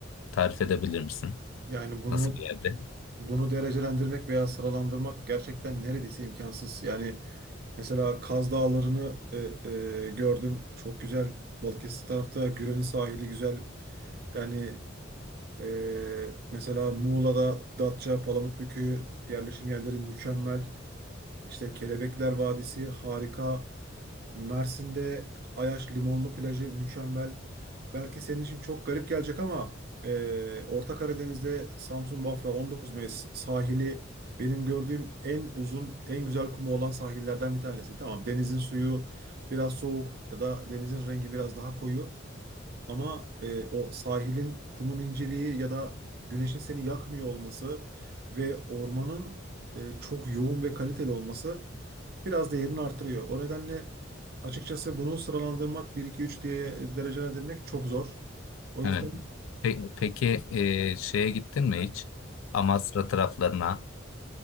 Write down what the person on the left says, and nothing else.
Tarif edebilir misin?
Nasıl bir yerde?
Evet.
Pe- peki e, şeye gittin mi hiç? Amasra taraflarına.